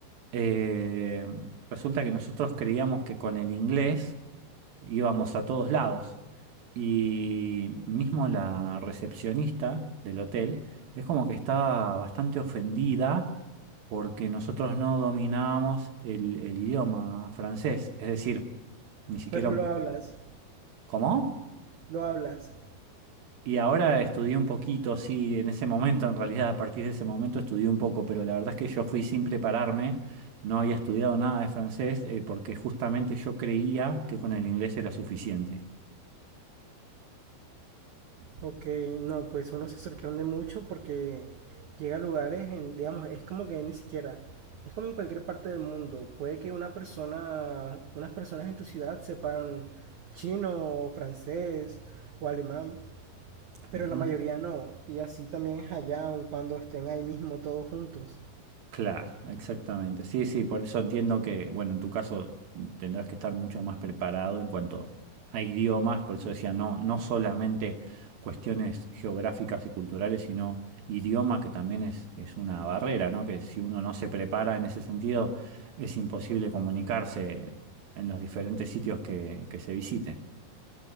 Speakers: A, on the right (about 65°); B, on the right (about 90°).
A: eh, resulta que nosotros creíamos que con el inglés íbamos a todos lados. Y mismo la recepcionista del hotel es como que estaba bastante ofendida porque nosotros no dominábamos el, el idioma francés. Es decir, ni siquiera
B: Pero lo
A: un...
B: hablas,
A: ¿Cómo?
B: lo hablas.
A: Y ahora estudié un poquito, sí, en ese momento, en realidad, a partir de ese momento estudié un poco, pero la verdad es que yo fui sin prepararme, no había estudiado nada de francés, eh, porque justamente yo creía que con el inglés era suficiente.
B: Ok, no, pues uno se sorprende mucho porque llega a lugares, en- digamos, es como que ni siquiera, es como en cualquier parte del mundo. Puede que una persona, unas personas en tu ciudad sepan chino, o francés o alemán, pero
A: Ujú.
B: la mayoría no. Y así también es allá, aun cuando estén ahí mismo todos juntos.
A: Claro, exactamente. Sí, sí, por eso entiendo que, bueno, en tu caso tendrás que estar mucho más preparado en cuanto a idiomas, por eso decía, no, no solamente cuestiones geográficas y culturales, sino idioma, que también es, es una barrera, ¿no? Que si uno no se prepara en ese sentido, es imposible comunicarse en los diferentes sitios que, que se visite.